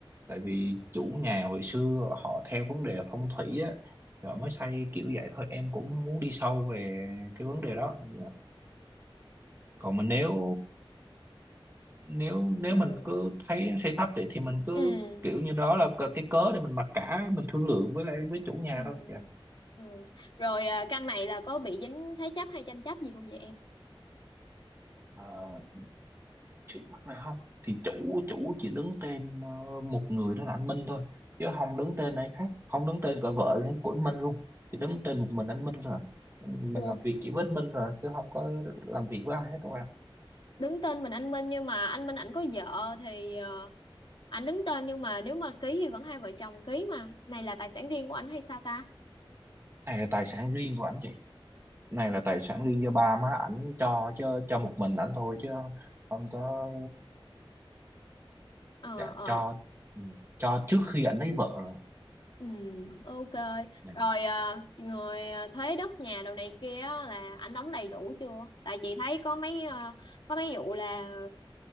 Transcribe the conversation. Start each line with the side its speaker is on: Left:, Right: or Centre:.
Right: tại vì chủ nhà hồi xưa họ theo vấn đề phong thủy á rồi mới xây kiểu vậy thôi em cũng muốn đi sâu về cái vấn đề đó Dạ còn mình nếu nếu nếu
Left: ừ
Right: mình cứ thấy xây thấp thì thì mình cứ
Left: ừ
Right: kiểu như đó là c- cái cớ để mình mặc cả mình thương lượng với lại với chủ nhà
Left: ừ
Right: thôi dạ
Left: ừ rồi à, căn này là có bị dính thế chấp hay tranh chấp gì không vậy em
Right: Ờ, trước mắt này không thì chủ chủ chỉ đứng tên ờ, một người đó là anh Minh thôi chứ không đứng tên ai khác không đứng tên cả vợ
Left: ừ.
Right: của anh Minh luôn chỉ đứng tên một mình anh Minh rồi mình
Left: Ủa
Right: làm việc chỉ với anh Minh rồi chứ không có làm việc với ai hết đâu ạ
Left: đứng tên mình anh Minh nhưng mà anh Minh ảnh có vợ thì ờ, ảnh đứng tên nhưng mà nếu mà ký thì vẫn hai vợ chồng ký mà này là tài sản riêng của ảnh hay sao ta
Right: này là tài sản riêng của anh chị này là tài sản
Left: ờ
Right: riêng do ba má ảnh cho chứ cho một mình ảnh thôi chứ không có
Left: ờ
Right: dạ
Left: ờ
Right: cho ừ, cho trước khi ảnh lấy vợ rồi
Left: ừ ok
Right: Dạ.
Left: rồi ờ, người ờ, thuế đất nhà đồ này kia á, là ảnh đóng đầy đủ chưa tại chị thấy có mấy ờ, có mấy vụ là